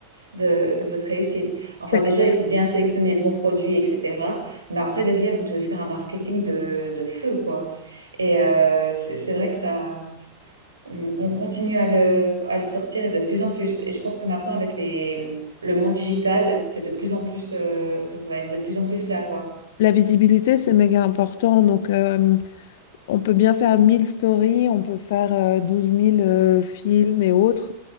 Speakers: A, on the right; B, on the left.
A: de, de votre réussite. Enfin,
B: C'est
A: déjà,
B: clair.
A: il faut bien sélectionner le bon produit, etc. Mais après, derrière, vous devez faire un marketing de, de feu, quoi. Et euh, c'est c'est vrai que ça, on, on continue à le, à le sortir et de plus en plus. Et je pense que maintenant, avec les, le monde digital, c'est de plus en plus, euh, ça va être de plus en plus là, quoi.
B: La visibilité, c'est méga important. Donc, euh, On peut bien faire 1000 stories, on peut faire euh, 12 000 euh, films et autres.